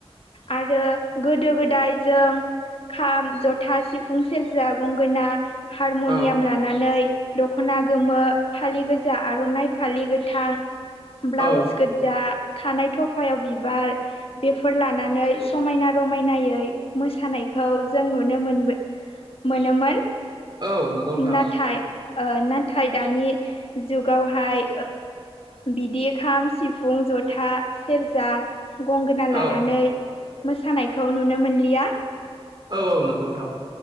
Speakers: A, on the left; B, on the right.
A: आरो गोदो-गोदाय जों खाम, जथा, सिफुं, सेरजा, गंगोना हारमुनियाम
B: औ
A: लाना नानै दख'ना गोमो फालि गोजा आर'नाइ फालि गोथां ब्लाउस
B: औ
A: गोजा खानाय थफायाव बिबार बेफोर लानानै थानानै समायना रमायनायै मोसानायखौ जों नुनो मोनबो मोनोमोन
B: औ नंगौ नोंथां
A: नाथाय ओ नाथाय दानि जुगावहाय बिदि खाम, सिफुं, जथा, सेरजा गंगोना लानानै
B: औ
A: मोसानायखौ नुनो मोनलिया
B: औ नंगौ नोंथां।